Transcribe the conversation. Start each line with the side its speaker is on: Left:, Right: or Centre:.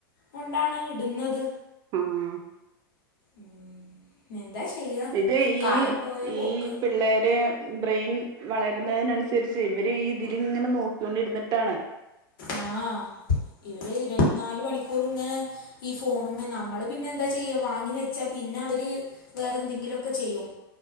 Left: കൊണ്ടാണ് ഇടുന്നത്
Right: ആഹ്‌
Left: ഉം എന്താ ചെയ്യ
Right: ഇത്
Left: കാലം
Right: ഈ
Left: പോയ
Right: ഈ <unintelligible>
Left: പോക്ക്
Right: പിള്ളേരെ ബ്രെയിൻ വളരുന്നതിനനുസരിച്ച് ഇവര് ഈ ഇതില്ങ്ങനെ നോക്കിയോണ്ടിരുന്നിട്ടാണ്
Left: ആഹ് ഇവര് ഇരുവത്തിനാല് മണിക്കൂറും ഇങ്ങനെ ഈ ഫോണുമ്മെ നമ്മള് പിന്നെ എന്താ ചെയ്യാ വാങ്ങി വെച്ചാ പിന്നെ അവര് വേറെന്തെങ്കിലും ഒക്കെ ചെയ്യും